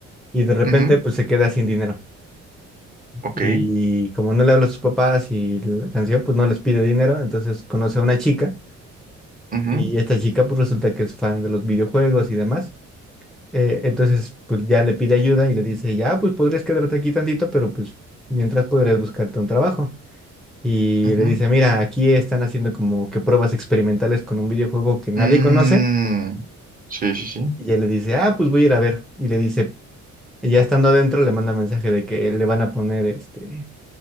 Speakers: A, in the centre; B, on the right (about 30°).
A: y de repente
B: Ujú,
A: pues se queda sin dinero.
B: Ok.
A: Y como no le habla a sus papás y la canción, pues no les pide dinero, entonces conoce a una chica
B: ujú,
A: Y esta chica pues resulta que es fan de los videojuegos y demás. Eh, entonces pues ya le pide ayuda y le dice, ya pues podrías quedarte aquí tantito, pero pues mientras podrías buscarte un trabajo. Y
B: ujú.
A: le dice, mira, aquí están haciendo como que pruebas experimentales con un videojuego que nadie
B: Mm,
A: conoce.
B: sí, sí, sí.
A: Y ella le dice, ah, pues voy a ir a ver. Y le dice, y ya estando adentro le manda mensaje de que le van a poner este